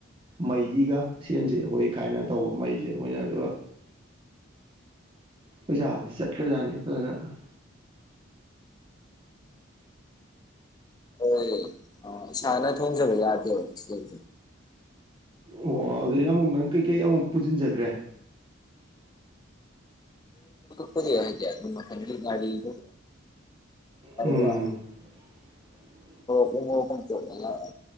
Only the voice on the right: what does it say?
ꯃꯩꯒꯤꯒ ꯁꯦꯟꯁꯦ ꯑꯩꯈꯣꯏ ꯈꯥꯏꯅ ꯇꯧꯕ ꯃꯩꯁꯦ ꯑꯩꯈꯣꯏꯅ ꯑꯗꯨꯒ ꯄꯩꯁꯥꯁꯤ ꯆꯠꯈ꯭ꯔꯖꯥꯠꯅꯤ ꯐꯖꯅ
ꯑꯣ ꯑꯗꯨꯗꯒꯤ ꯑꯃꯨꯛ ꯅꯪ ꯀꯩꯀꯩ ꯑꯃꯨꯛ ꯄꯨꯁꯤꯟꯖꯗ꯭ꯔꯦ
ꯎꯝ
<inaudible>